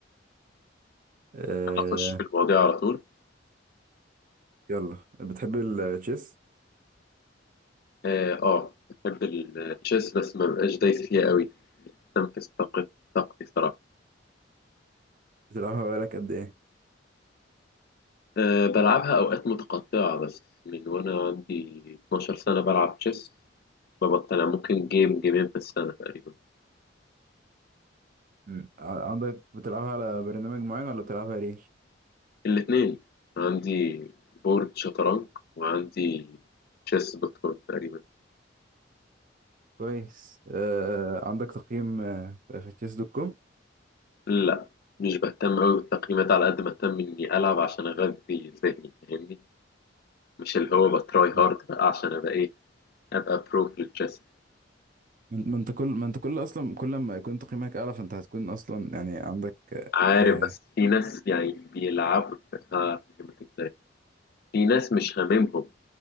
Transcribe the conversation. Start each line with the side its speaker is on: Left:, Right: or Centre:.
Right: آه،
Left: أخش في المواضيع على طول
Right: يلا بتحب التشيس؟
Left: آه آه، بحب التشيس بس ما بقاش دايس فيها قوي بستنفذ طاقت- طاقتي صراحة
Right: بتلعبها بقالك قد ايه؟
Left: أه بلعبها أوقات متقطعة بس من وأنا عندي 12 سنة بلعب تشيس ببطل ممكن جيم جيمين في السنة تقريبا
Right: مم. ع- عندك بتلعبها على برنامج معين ولا بتلعبها ريل؟
Left: الاثنين عندي بورد شطرنج وعندي تشيس دوت كوم تقريبا
Right: كويس آه، عندك تقييم آه، في تشيس دوت كوم؟
Left: لا مش بهتم قوي بالتقييمات على قد ما اهتم اني العب عشان اغذي ذهني فاهمني مش اللي هو بتراي هارد
Right: مم.
Left: بقى عشان ابقى ايه ابقى برو في التشيس
Right: ما انت ما انت كل ما انت كل اصلا كل ما يكون تقييمك اعلى فانت هتكون اصلا يعني عندك
Left: عارف
Right: آه،
Left: بس في ناس يعني بيلعبوا هفهمك ازاي في ناس مش هاممهم